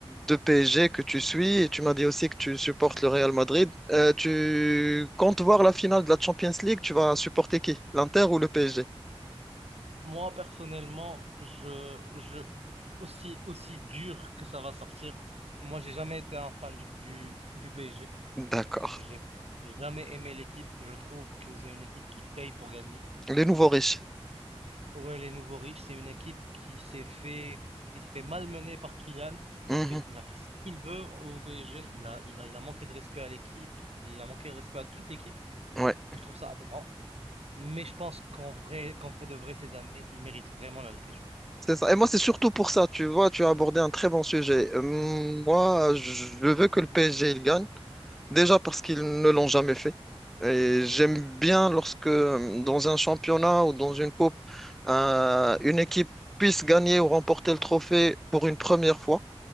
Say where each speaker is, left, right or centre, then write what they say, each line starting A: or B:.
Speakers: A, in the centre; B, on the right (about 80°).
A: de PSG que tu suis et tu m'as dit aussi que tu supportes le Real Madrid. Euh, tu comptes voir la finale de la Champions League, tu vas supporter qui? L'Inter ou le PSG?
B: Moi, personnellement, je, je, aussi, aussi dur que ça va sortir, moi, j'ai jamais été un fan du, du, du PSG.
A: D'accord.
B: J'ai, j'ai jamais aimé l'équipe. Je trouve que c'est une équipe qui paye pour gagner.
A: Les nouveaux riches.
B: Ouais, les nouveaux riches, c'est une équipe qui s'est fait, qui s'est fait malmener par Kylian. Il
A: Mhm.
B: a fait, il a fait ce qu'il veut au PSG. Il a, il a, il a manqué de respect à l'équipe. Il a manqué de respect à toute l'équipe.
A: Ouais,
B: Et je trouve ça aberrant. Mais je pense qu'en vrai, qu'en vrai de vrai, cette année, il mérite vraiment la Ligue des Champions.
A: c'est ça. Et moi, c'est surtout pour ça, tu vois, tu as abordé un très bon sujet. Euh, moi, je veux que le PSG il gagne. Déjà parce qu'ils ne l'ont jamais fait. Et j'aime bien lorsque euh, dans un championnat ou dans une coupe, un- une équipe puisse gagner ou remporter le trophée pour une première fois.